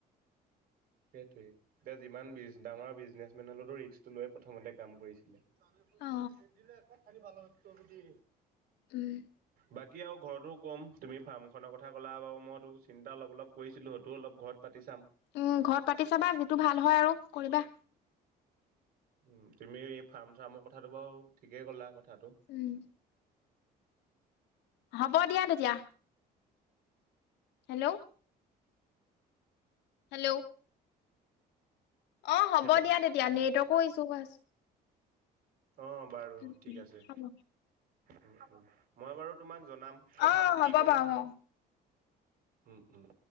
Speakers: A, on the right (about 60°); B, on the left (about 90°).
A: সেইটোৱে, এতিয়া যিমান বি ডাঙৰ বিজনেচমেন হলেও ৰিক্সটো লৈ প্ৰথমতে কামটো কৰিছিলে। জানেটোকে
B: অ,
A: <inaudible> ক'ত খালি ভাল ত যদি।
B: উম।
A: বাকী আৰু ঘৰতো ক'ম, তুমি ফাৰ্মখনৰ কথা ক'লা বাৰু মইতো চিন্তা অলপ অলপ কৰিছিলোঁ সেইটোও অলপ ঘৰত পাতি চাম।
B: উম, ঘৰত পাতি চাবা যিটো ভাল হয় আৰু কৰিবা।
A: উম, তুমি ফাৰ্ম চাৰ্মৰ কথাটো বাৰু ঠিকেই ক'লা কথাটো।
B: উম। হ'ব দিয়া তেতিয়া। হেল্ল হেল্ল অ হ'ব
A: হেল্ল'
B: দিয়া তেতিয়া নেটৱৰ্কো ইচছ্যু হৈ আছে।
A: অ বাৰু
B: উম,
A: ঠিক
B: উম।
A: আছে।
B: হ'ব।
A: মই বাৰু তোমাক জনাম
B: অ
A: কথাটো
B: হ'ব
A: কি কৰো।
B: বাৰু অ
A: উম উম।